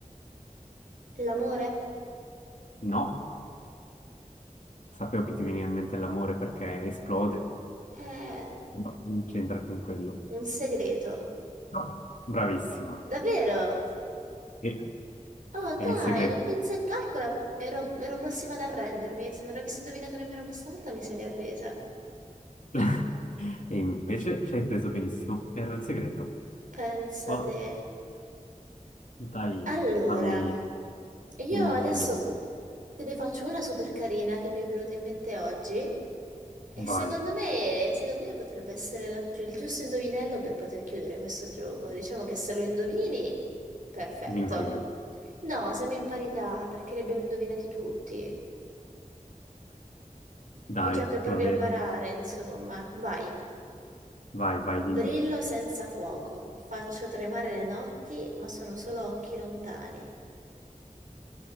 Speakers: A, on the right; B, on the left.
A: L'amore
B: No, sapevo che ti veniva in mente l'amore perché esplode,
A: è
B: no, non c'entra con quello.
A: un segreto.
B: No. Bravissima.
A: Davvero?
B: E
A: Oh
B: era
A: dai,
B: il segreto.
A: non pensavo, calcola, ero, ero prossima ad arrendermi e se non avessi indovinato nemmeno questa volta mi sarei arresa.
B: <laughs> E invece ci hai preso benissimo. Era il segreto.
A: Pensate.
B: Ottimo. Dai,
A: Allora,
B: fammi
A: io
B: un ultimo.
A: adesso te ne faccio una super carina che mi è venuta in mente oggi e secondo
B: Vai,
A: me, secondo me potrebbe essere la- il giusto indovinello per poter chiudere questo gioco. Diciamo che se lo indovini, perfetto.
B: vinco io.
A: No, siamo in parità perché li abbiamo indovinati tutti.
B: Dai,
A: Già che provi
B: va bene.
A: a barare, insomma, vai.
B: Vai, vai, dimmi.
A: Brillo senza fuoco, faccio tremare le notti, ma sono solo occhi lontani.